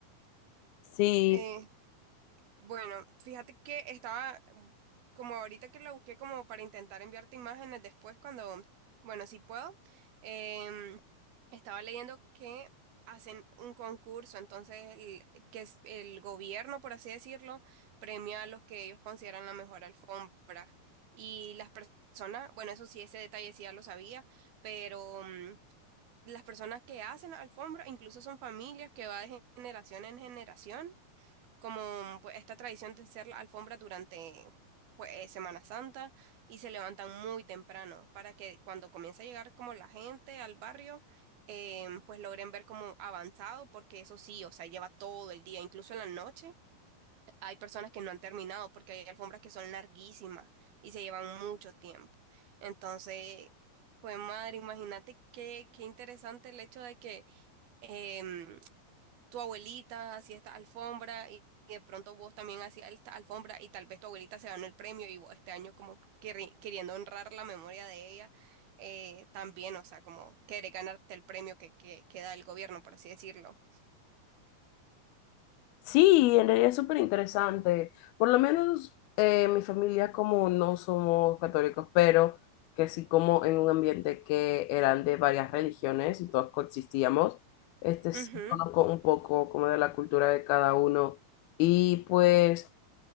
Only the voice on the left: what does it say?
Sí,
sí, en realidad es súper interesante. Por lo menos eh, mi familia como no somos católicos, pero que sí como en un ambiente que eran de varias religiones y todos coexistíamos. Este
sí conozco un poco como de la cultura de cada uno. Y pues